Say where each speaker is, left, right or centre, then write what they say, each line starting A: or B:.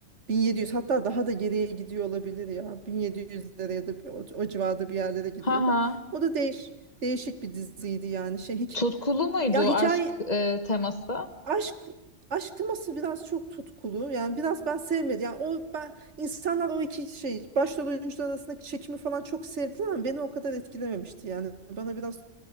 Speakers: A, on the right; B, on the left.
A: 1700 hatta daha da geriye gidiyor olabilir ya. 1700'lere ya da bir- o, o civarda bir yerlere gidiyordu.
B: Ha ha.
A: O da değiş değişik bir diziydi yani şey hiç,
B: Tutkulu muydu
A: ya hikaye
B: aşk e, teması?
A: aşk aşk teması biraz çok tutkulu. Yani biraz ben sevmedim. Yani o ben insanlar o iki şey başrol oyuncular arasındaki çekimi falan çok sevdiler ama beni o kadar etkilememişti. Yani bana biraz